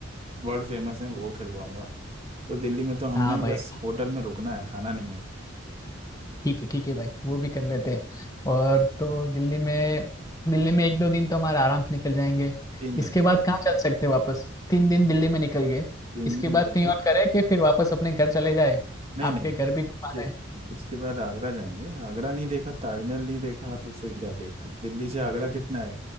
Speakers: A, on the right; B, on the left.
A: वर्ल्ड फेमस है वो खिलवाऊंगा तो दिल्ली में तो हमने
B: हाँ भाई
A: बस होटल में रुकना है खाना नहीं है
B: ठीक है ठीक है भाई वो भी कर लेते हैं और तो दिल्ली में दिल्ली में एक दो दिन तो हमारे आराम से निकल जाएंगे
A: तीन दिन
B: इसके बाद कहाँ चल सकते हैं वापस तीन दिन दिल्ली में निकल गए
A: तीन
B: इसके
A: दिन
B: बाद
A: दिल्ली
B: कहीं और करें कि फिर वापस अपने घर चले जाए
A: नहीं
B: आपके
A: नहीं
B: घर भी घुमाना
A: कि-
B: है
A: इसके बाद आगरा जाएंगे आगरा नहीं देखा ताजमहल नहीं देखा तो फिर क्या देखा दिल्ली से आगरा कितना है